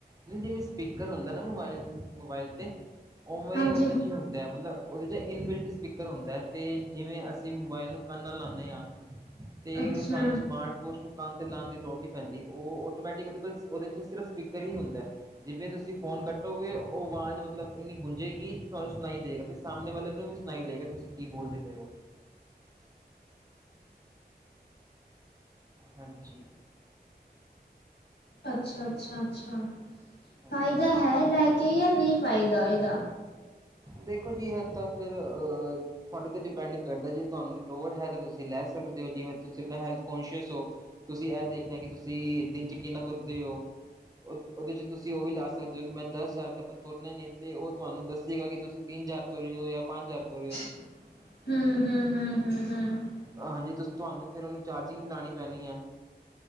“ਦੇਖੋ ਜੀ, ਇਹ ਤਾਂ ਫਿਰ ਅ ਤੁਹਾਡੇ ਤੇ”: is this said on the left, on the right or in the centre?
Right